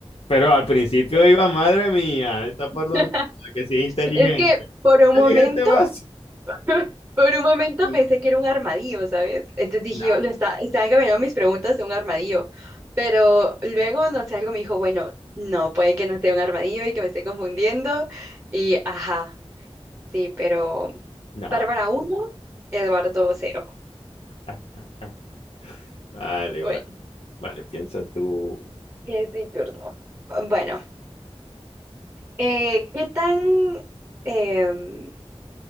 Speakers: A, on the left; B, on the right.
A: Pero al principio
B: Listo.
A: iba, madre mía, está por
B: <laughs>
A: donde que sí es inteligente.
B: Es que Por un
A: Inteligente
B: momento.
A: vas.
B: <laughs> Por un momento
A: <laughs>
B: pensé que era un armadillo, ¿sabes? Entonces dije
A: No,
B: yo, lo está, están cambiando mis preguntas a un armadillo. Pero luego, no sé, algo me dijo, bueno, no, puede que no sea un armadillo y que me esté confundiendo. Y ajá, sí, pero
A: no,
B: Bárbara
A: no.
B: uno, Eduardo cero.
A: <laughs> Vale,
B: Bueno,
A: vale. Vale, piensa tú.
B: es mi turno. Bueno, eh, ¿qué tan em,